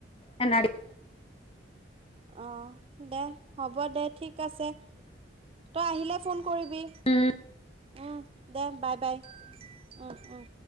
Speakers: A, on the left (about 30°); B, on the right (about 30°).
A: এ নাৰ
B: অ', দে হ'ব দে, ঠিক আছে তই আহিলে ফোন কৰিবি
A: এনা
B: উম, দে বাই বাই উম, উম।